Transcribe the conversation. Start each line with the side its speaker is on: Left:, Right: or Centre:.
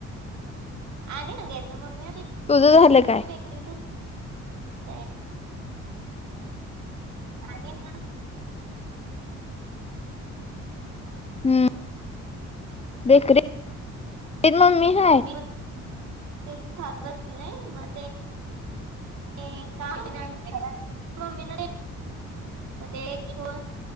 Right: आणि सांगायचं मम्मी आमची
Left: तुझ झालं काय?
Right: बेकरीतच हाय. अरे वाह!
Left: हम्म, बेकरीत मम्मी हाय?
Right: मी तेच खात बसले मग ते ते का ममी ना ते <unintelligible> मग ते एक दिवस